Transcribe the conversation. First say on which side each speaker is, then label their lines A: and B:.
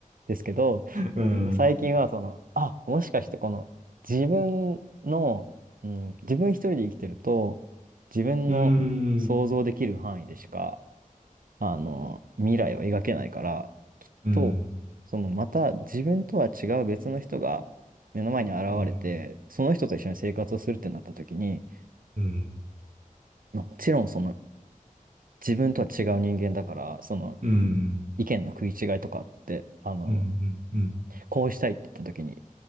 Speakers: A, on the right; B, on the right.
A: ですけど、
B: うん、
A: 最近はその、あ、もしかしてこの自分の、うん、自分一人で生きてると、自分の想像できる範囲でしか、
B: うん、うん、
A: あの、未来を描けないから、きっと、
B: うん、
A: そのまた自分とは違う別の人が目の前に現れて、
B: うん、
A: その人と一緒に生活をするってなった時に、
B: うん、うん、
A: まあ、もちろんその自分とは違う人間だから、その
B: うん、
A: 意見の食い違いとかって、あの、
B: うん、うん、うん。
A: こうしたいって言った時に